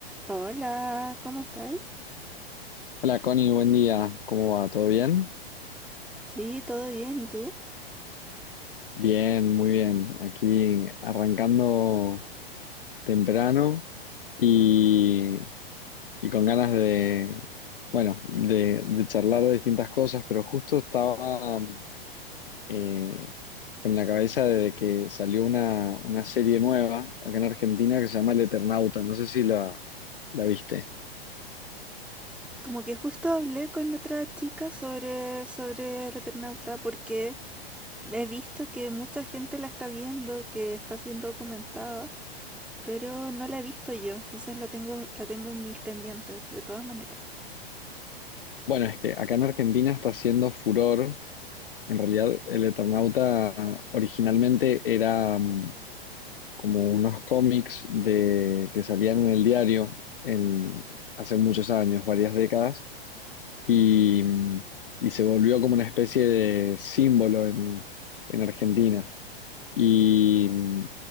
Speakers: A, in the centre; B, on the left.
A: Hola, ¿cómo estáis?
B: Hola Connie, buen día. ¿Cómo va? ¿Todo bien?
A: Sí, todo bien, ¿y tú?
B: Bien, muy bien. Aquí arrancando temprano y, y con ganas de, bueno, de, de charlar de distintas cosas, pero justo estaba eh, con la cabeza de que salió una, una serie nueva acá en Argentina que se llama El Eternauta. No sé si la, la viste.
A: Como que justo hablé con otra chica sobre, sobre el Eternauta porque he visto que mucha gente la está viendo, que está siendo comentada, pero no la he visto yo, entonces la tengo, la tengo en mis pendientes, de todas maneras.
B: Bueno, es que acá en Argentina está haciendo furor En realidad, el Eternauta originalmente era mm, como unos cómics de, que salían en el diario en, hace muchos años, varias décadas, y, mm, y se volvió como una especie de símbolo en, en Argentina. Y, mm,